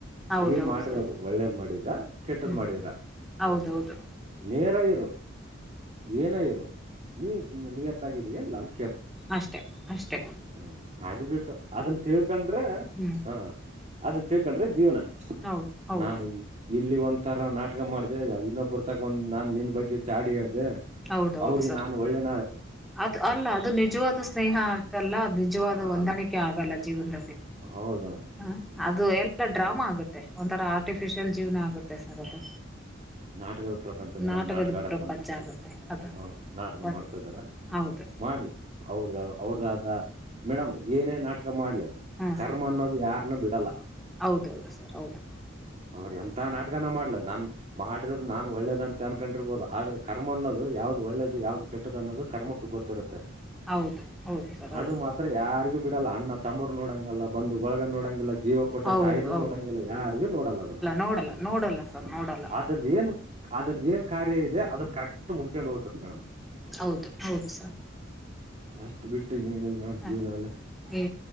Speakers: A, in the centre; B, on the right (about 35°).
A: ಹೌದೌದು
B: ನೀನ್ ಮಾಡಿರೋದು
A: ಸರ್
B: ಒಳ್ಳೇದ್ ಮಾಡಿದ್ರ ಕೆಟ್ಟದ್
A: ಹ್ಮ್
B: ಮಾಡಿದ್ರ
A: ಹೌದೌದು
B: ನೇರ ಇರು ಏನ ಇರು ನೀ ನಿಯತ್ತಾಗಿದಗ ಲಂಚ್
A: ಅಷ್ಟೇ ಅಷ್ಟೇ
B: ಹ್ಮ್ ಅದು ಬಿಟ್ಟು ಅದನ್ನ ತಿಳ್ಕೊಂಡ್ರೆ
A: ಹ್ಮ್
B: ಹ ಅದನ್ನ ತಿಳ್ಕೊಂಡ್ರೆ ಜೀವನ
A: ಹೌದು ಹೌದು
B: ನಾನು ಇ- ಇಲ್ಲಿ ಒಂಥರ ನಾಟಕ ಮಾಡಿದೆ ಇನ್ನೊ ಬರ್ತ ಒಂದ ನಾನ್ ನಿನ್ ಬಗ್ಗೆ ಚಾಡಿ ಹೇಳ
A: ಹೌದೌದು
B: ಅವ್ರಿ
A: ಸರ್
B: ನಾನ್ ಒಳ್ಳೆನ
A: ಅದು ಅಲ್ಲ ಅದು ನಿಜವಾದ ಸ್ನೇಹ ಆಗಲ್ಲ ಅ ನಿಜವಾದ
B: ಹಾ,
A: ಹೊಂದಾಣಿಕೆ
B: ಅಲ್ಲ
A: ಆಗಲ್ಲ ಜೀವನದಲ್ಲಿ
B: ಹೌದು ಮೇಡಮ್
A: ಹ ಅದು ಎಲ್ಲ ಡ್ರಾಮಾ ಆಗುತ್ತೆ ಒಂಥರ ಆರ್ಟಿಫಿಶಿಯಲ್ ಜೀವ್ನ ಆಗುತ್ತೆ ಸರ್ ಅದು
B: ನಾಟಗದ ಪ್ರಪಂಚ ಮೇಡಮ್
A: ನಾಟಕದ
B: ನಾಟಗಾಡಕ್
A: ಪ್ರಪಂಚ
B: ಬಂದಿದ್ರು
A: ಆಗುತ್ತೆ ಅದು
B: ಹಾ ನಾಟಕ
A: ಒ
B: ಮಾಡ್ತಾ ಇದ್ದಾರ
A: ಹೌದು
B: ಮಾಡ್ಲಿ ಅವ್ರ್ದ ಹೌದದ ಮೇಡಮ್ ಏನೇ ನಾಟಕ ಮಾಡ್ಲಿ
A: ಹಾ
B: ಕರ್ಮ
A: ಸರ್
B: ಅನ್ನೋದು ಯಾರನ್ನ ಬಿಡಲ್ಲ
A: ಹೌದೌದು ಸರ್ ಹೌದು
B: ಅವ್ರ ಎಂತ ನಾಟಕನ ಮಾಡ್ಲ ನಾನ್ ಮಾಡಿರೋದು ನಾನು ಒಳ್ಳೇದ ಅಂತ ಅನ್ಕೊಂಡಿರ್ಬಹುದು ಆದ್ರೆ ಕರ್ಮ ಅನ್ನೋದು ಯಾವ್ದ್ ಒಳ್ಳೇದು ಯಾವ್ದ ಕೆಟ್ಟದ ಅನ್ನೋದು ಕರ್ಮಕ್ಕೆ ಗೊತ್ತರುತ್ತೆ
A: ಹೌದು ಹೌದು ಸರ್ ಹೌದು
B: ಆದ ಮಾತ್ರ ಯಾರಿಗೂ ಬಿ ಲ್ಲ ಅಣ್ಣ ತಮ್ಮರ್ ನೋಡಂಗಲ್ಲ ಬಂದು ಬಳಗ್ಗೆ ನೋಡೋಂಗಿಲ್ಲ ಜೀವ ಕೊಟ್ಟ
A: ಹೌದು
B: ತಾಯಿನೂ
A: ಹೌದು
B: ನೋಡಂಗಿಲ್ಲ ಯಾರಿಗೂ ನೋಡಲ್ಲ ಅದು
A: ನೋಡಲ್ಲ ನೋಡಲ್ಲ ಸರ್
B: ಹ್ಮ್
A: ನೋಡಲ್ಲ
B: ಅದ್ರದ ಏ ಅದ ಏನ್ ಕಾರ್ಯ ಇದೆ ಅದನ್ನ ಕರೆಕ್ಟ್ ಮುಳಕೊಂಡ್ ಹೋಗ್ತದೆ ಮೇಡಮ್
A: ಹೌದು ಹೌದು ಸರ್
B: ಅಷ್ಟ ಬಿಟ್ಟ ಇನ ಏನಿಲ್ಲ ನಮ
A: ಹ
B: ಜೀವನಲ್ಲ
A: ಏ